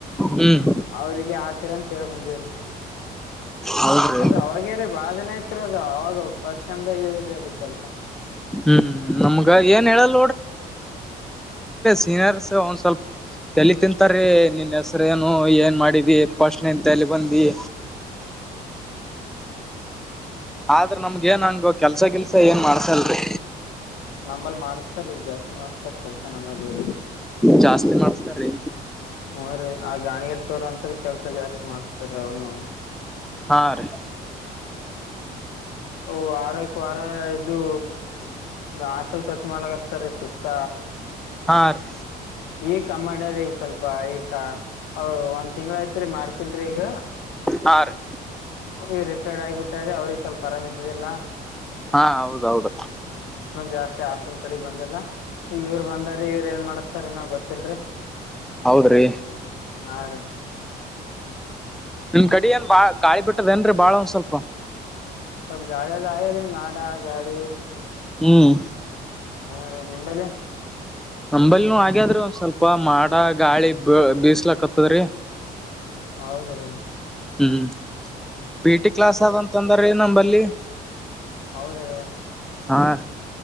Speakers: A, in the centre; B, on the left.
A: ಹ್ಮ್
B: ಅವ್ರಿಗೆ ಹಾಕ್ರಿ ಅಂತ ಹೇಳೇ ಬಂದೇವ್ರಿ.
A: ಹೌದ್ರಿ
B: ಅದ ಅವಾಗ್ಯಾರೀ ಬಾಳ್ ದಿನ ಇತ್ರಿ ಅದು ಅವಾಗ ಪಶ್ಮ್ದಾಗ ಹೇಳಿರಿ ಅದ ಕೆಲ್ಸ.
A: ಹ್ಮ್ ನಮ್ಗ ಏನ್ ಹೇಳಲ್ ಸಿನರ್ಸ ಅವನ್ ಸ್ವಲ್ಪ. ತಲಿ ತಿಂತಾರೀ ನಿನ್ ಹೆಸ್ರೇನು ಏನ್ ಮಾಡಿದಿ ಪಶಟ್ನೆನ್ ಇಂತ ಎಲ್ಲಿ ಬಂದಿದಿ. ಆದ್ರ ನಮ್ಗ ಏನ್ ಹಂಗು ಕೆಲ್ಸ ಗಿಲ್ಸ ಏನ್ ಮಾಡಸಲ್ರಿ.
B: ನಂಬಲ್ಲಿ ಮಾಡಸ್ತಾರಿ ಜಾಸ್ತಿ ಮಾಡ್ಸ್ತಾರ ಕೆಲ್ಸ ನಂಬಲ್ಲಿ.
A: ಜಾಸ್ತಿ ಮಾಡಸ್ತಾರಿ.
B: ಹೂ ರೀ ಆ ಗಾಣಿಗರ್ಸ ಅವರ್ ಅಂತಾರ ಕೆಲ್ಸ ಜಾಸ್ತಿ ಮಾಡ್ಸ್ತಾರೆ ಅವರುನು
A: ಹಾ ರಿ.
B: ಓ ವಾರ್ರಕ್ ವಾರ ಇದು. ಹಾಸ್ಟೆಲ್ ಸ್ವಚ್ಛ ಮಾಡಗಸ್ತಾರೀ ಸುತ್ತ.
A: ಹಾ ರೀ
B: ಈ ಕಮ್ಮಾಡ್ಯಾರ ಈಗ ಸ್ವಲ್ಪ ಈ ಒಂದ್ ತಿಂಗಳ ಆಯ್ತು. ಒಂದ್ ತಿಂಗಳ ಆಯ್ತಿ ರಿ ಮಾಡ್ಸಲ್ರಿ ಈಗ.
A: ಹಾ ರೀ
B: ಈಗ ರಿಟೈರ್ಡ್ ಆಗಿಬಿಟ್ಟಾರೆ ಅವ್ರಿಗೆ ಸ್ವಲ್ಪ ಆರಾಮ ಇದಿದ್ದಿಲ್ಲ.
A: ಹಾ ಹೌದೌದು.
B: ಜಾಸ್ತಿ ಹಾಸ್ಟೆಲ್ ಕಡೆಗ್ ಬಂದಿಲ್ಲಾ ಈಗ ಇವ್ರು ಬಂದಾರ ಇವ್ರು ಏನ್ ಮಾಡಸ್ತಾರ ನ ಗೊತ್ತಿಲ್ರಿ.
A: ಹೌದ್ರಿ.
B: ಹಾ ರೀ.
A: ನಿಮ ಕಡ ಏನ್ ಬಾಳ್ ಗಾಳಿ ಬಿಟ್ಟದೇಏನ್ರರಿ ಬಾಳ ಒಂದ್ ಸ್ವಲ್ಪ.
B: ಸ್ವಲ್ಪ ಗಾಳಿಯದ ಆಗ ರ ಮಾಡ ಗಾಳಿ.
A: ಹ್ಮ್.
B: ಹ್ಮ ರೀ ನಿಂಬಲ್ಲಿ.
A: ನಂಬಲ್ನೂ ಹಾಗ್ಯದ್ರ ಒಂದ್ ಸ್ವಲ್ಪ ಮಾಡ ಗಾಳಿ ಬೀಸ್ಲಕತ್ತದ್ರಿ.
B: ಹೌದ ರೀ.
A: ಹ್ಮ್ ಪಿ ಟಿ ಕ್ಲಾಸ್ ಆದಂತಂದ್ರೀ ನಂಬಲ್ಲಿ.
B: ಹೌದ ರೀ.
A: ಹಾ.